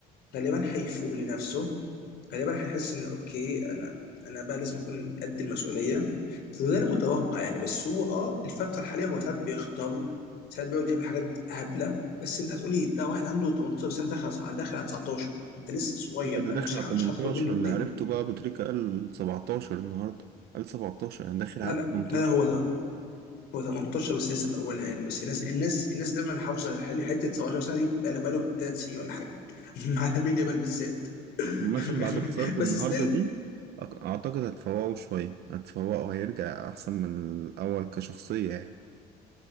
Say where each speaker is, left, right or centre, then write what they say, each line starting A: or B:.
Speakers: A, on the left (about 80°); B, on the right (about 70°).
A: غالبا هيفوق لنفسه غالبا هيحس ان اوكي انا انا بقى لازم اكون قد المسؤوليه فده المتوقع يعني بس هو اه الفتره الحاليه هو ساعات بيختار ساعات بيقعد يعمل حاجات هبله بس انت هتقولي ده واحد عنده 18 سنه داخل داخل على 19 انت لسه صغير
B: لا ده
A: انا
B: داخل
A: مش
B: على
A: ه-
B: 18
A: مش هطلب منه
B: اللي
A: كتير
B: عرفته بقى أبو تريكة قال 17 النهاردة قال 17 يعني داخل على
A: لا لا
B: 18
A: لا هو هو 18 بس لسه في اولها يعني بس الناس الناس الناس دايما حافظه حل- حته 17 سنه دي بقى لهم 3 سنين ولا حاجه <laughs> على ميديا بال بالذات <laughs>
B: عامة بعد خسارة
A: بس
B: النهاردة
A: ستيل
B: دي أك- أعتقد هتفوقه شوية هتفوقه هيرجع أحسن من الأول كشخصية يعني